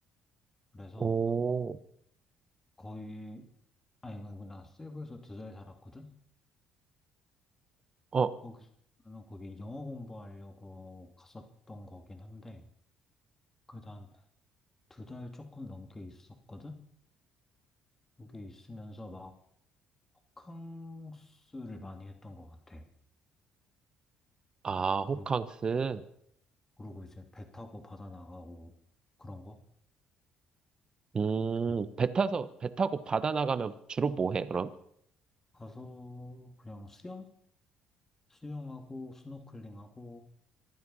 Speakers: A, on the left (about 20°); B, on the right (about 40°).
A: 그래서
B: 오,
A: 거의, 아니, 이거 나 세부에서 두 달 살았거든?
B: 어,
A: 거기서, 나는 거기 영어 공부하려고 갔었던 거긴 한데, 그다음 두 달 조금 넘게 있었거든? 거기 있으면서 막캉스를 많이 했던 것 같아.
B: 아,
A: 그리고,
B: 호캉스.
A: 그러고 이제 배 타고 바다 나가고 그런 거?
B: 음,
A: 음.
B: 배 타서, 배 타고 바다 나가면 주로 뭐 해, 그럼?
A: 가서 그냥 수영? 수영하고 스노클링하고,